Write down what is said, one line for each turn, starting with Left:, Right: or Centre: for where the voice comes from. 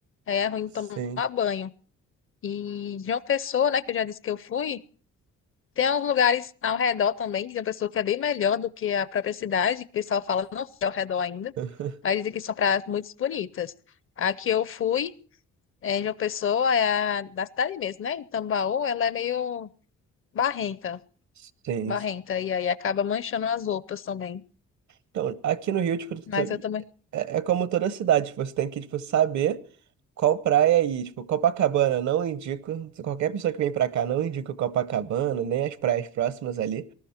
Left: aí é ruim
Right: sim.
Left: tomar banho. E de uma pessoa, né, que eu já disse que eu fui, tem alguns lugares ao redor também, de uma pessoa que é bem melhor do que a própria cidade, que o pessoal fala, não fui ao redor ainda,
Right: <laughs>
Left: mas dizem que são praias muito bonitas. A que eu fui, é, de uma pessoa, é a da cidade mesmo, né, em Tambaú, ela é meio barrenta,
Right: Sim,
Left: barrenta,
Right: sim.
Left: e aí acaba manchando as roupas também.
Right: Então, aqui no Rio, tipo, tu-
Left: Mas
Right: tu-
Left: eu também,
Right: é, é como toda cidade, tipo, você tem que, tipo, saber qual praia ir. Tipo, Copacabana, não indico. Qualquer pessoa que vem pra cá, não indica Copacabana, nem as praias próximas ali.